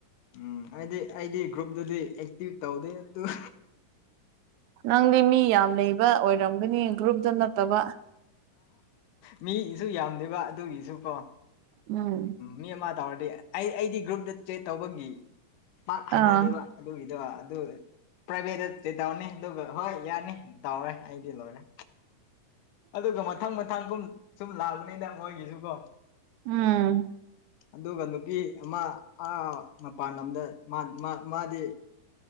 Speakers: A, on the left (about 75°); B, on the right (about 75°).
A: ꯎꯝ ꯍꯥꯏꯗꯤ ꯑꯩꯗꯤ ꯒ꯭ꯔꯨꯞꯇꯗꯤ ꯑꯦꯛꯇꯤꯚ ꯇꯧꯗꯦ ꯑꯗꯨ
B: ꯅꯪꯗꯤ ꯃꯤ ꯌꯥꯝ ꯂꯩꯕ ꯑꯣꯏꯔꯝꯒꯅꯤ ꯒ꯭ꯔꯨꯞꯇ ꯅꯠꯇꯕ
A: ꯃꯤꯒꯤꯁꯨ ꯌꯥꯝꯗꯦꯕ ꯑꯗꯨꯒꯤꯁꯨ ꯀꯣ
B: ꯎꯝ
A: ꯃꯤ ꯑꯃ ꯇꯧꯔꯗꯤ ꯑꯩ ꯑꯩꯗꯤ ꯒ꯭ꯔꯨꯞꯇ ꯆꯦꯛ ꯇꯧꯕꯒꯤ ꯄꯥꯛ ꯍꯩꯅꯗꯦꯕ
B: ꯑꯥ
A: ꯑꯗꯨꯒꯤꯗꯣ ꯑꯗꯨ ꯄ꯭ꯔꯥꯏꯚꯦꯠꯇꯗꯤ ꯇꯧꯅꯤ ꯑꯗꯨꯒ ꯍꯣꯏ ꯌꯥꯅꯤ ꯇꯧꯔꯦ ꯑꯩꯗꯤ ꯂꯣꯏꯔꯦ ꯑꯗꯨꯒ ꯃꯊꯪ ꯃꯊꯪ ꯀꯨꯝ ꯁꯨꯝ ꯂꯥꯛꯕꯅꯤꯅ ꯃꯣꯏꯒꯤꯁꯨ ꯀꯣ
B: ꯎꯝ
A: ꯑꯗꯨꯒ ꯅꯨꯄꯤ ꯑꯃ ꯑꯥ ꯃꯄꯥꯟ ꯂꯝꯗ ꯃꯥ ꯃꯥ ꯃꯥꯗꯤ